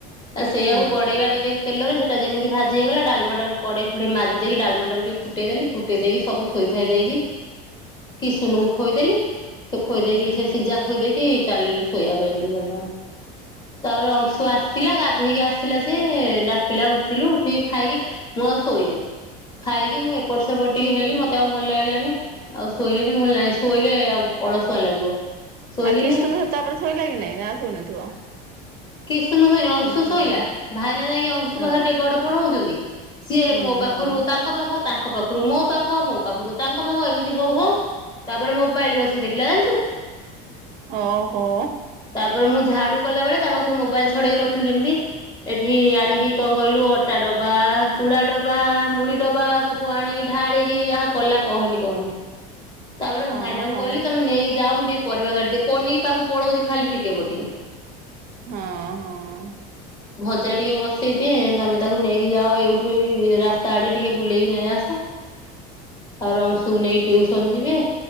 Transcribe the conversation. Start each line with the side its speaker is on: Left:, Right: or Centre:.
Left: ଆ ସେଇଆକୁ
Right: ହଁ
Left: ଗଡେଇ ଗାଡେଇ ଦେଇକି ତେଲ ରେ ସେଟା ଯେମିତି ଭାଜି ହେଇଗଲା ଡାଲମା ଟାକୁ କଡ଼େଇ ଫଡ଼େଇ ମାଜି ଦେଇକି ଡାଲମା ଟାକୁ ଟିକେ ଫୁଟେଇଦେଲି ଫୁଟେଇ ଦେଇକି ସବୁଥୋଇଥାଇ ଦେଇକି କିଶୁନୁ କୁ ଖୋଇଦେଲି ସେ ଖୋଇ ଦେଇକି
Right: ହଁ
Left: ସେ ସିଝା ଖୋଇ ଦେଇକି ଚାଲିଲୁ ଶୋଇବା ପାଇଁ ଦି ଜଣ ଯାକ ତାପରେ ଅଂଶୁ ଆସିଲା ଗାଧେଇକି ଆ ଆସିଲା ସେ ଡାକିଲା ଉଠିଲୁ ଉଠିକି ଖାଇକି ମୁଁ ଆଉ ଶୋଇନେଇ। ଖାଇକି ମୁଁ ଏପଟ ସେପଟ ଟିକେ ହେଲି ମତେ ଆଉ ଭଲ ଲାଗିଲାନି ଆଉ ଶୋଇଲିନି ମୁଁ କହିଲି ନାଇଁ ଶୋଇଲେ ଆଉ ଅଳସୁଆ ଲାଗିବ। ଶୋଇଲିନି
Right: ଆଉ କିଶ୍ ସମୟ ତାପରେ ଶୋଇଲା କି ନାଇଁ ନା ଆଉ ଶୋଇନଥିବ?
Left: <unintelligible> କିସ୍ ସମୟ ଶୋଇବ <unintelligible> ଅଂଶୁ
Right: ଉଁ ହୁଁ
Left: ଶୋଇଲା। ଭାଇନା ଯାଇକି ଅଂଶୁ
Right: ହଁ
Left: ପାଖରେ ଟିକେ ଗଡ ପଡ ହଉଛନ୍ତି ସିଏ
Right: ହୁଁ
Left: ମୋ ପାଖରୁ
Right: ହୁଁ
Left: ତାଙ୍କ ପାଖ ତାଙ୍କ ପାଖ <unintelligible> ଖରୁ ମୋ ପାଖ ମୋ ପାଖରୁ ତାଙ୍କ ପାଖ ଏମିତି ହଉ ହଉ ତାପରେ ମୋବାଇଲ ବସିକି ଦେଖିଲା ଜାଣିଛୁ
Right: ଓହୋ
Left: ତାପରେ ମୁଁ ଝାଡୁ କଲା ବେଳେ ତା ପାଖରୁ ମୋବାଇଲ ଛଡେଇକି ରଖିଲି ଯେମିତି ଏଠି ଆଣିକି କଣ କହିଲୁ ଅଟା ଡବା ଚୁଡ଼ା ଡବା ମୁଢ଼ି ଡବା ସବୁ ଆଣିକି ଢା ଳିକି ଯାହା କଲା କହନି କହନି
Right: <unintelligible>
Left: ତାପରେ ଭାଇନାଙ୍କୁ
Right: ହଁ
Left: କହିଲି ତମେ ନେଇକି ଯାଅ ମୁ ଟିକେ ପରିବା କାଟିଦେବି ପନିକି ପାଖକୁ ପଳଉଛି ଖାଲି ଟିକେ ବଟି
Right: ହଁ ହଁ।
Left: ଚା ଟିକେ ବସେଇ ଦିଏ ତମେ ତାକୁ ନେଇକି ଯାଅ ଏଇଠୁ ଏଇ ରାସ୍ତା ଆଡେ ଟିକେ ବୁଲେଇକି ନେଇ ଆସ।
Right: <inaudible>
Left: ଆଉ ରଙ୍ଗ୍ସୁ କୁ ନେଇକି ଟିଉସନ ଯିବେ